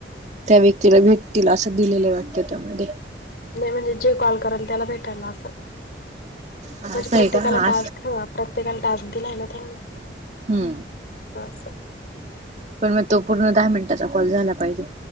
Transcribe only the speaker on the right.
त्या व्यक्तीला भेटतील असं दिलेलं आहे वाटतं त्यामध्ये
असं
आहे का हा
हम्म
पण मग तो पूर्ण दहा मिनिटाचा कॉल झाला पाहिजे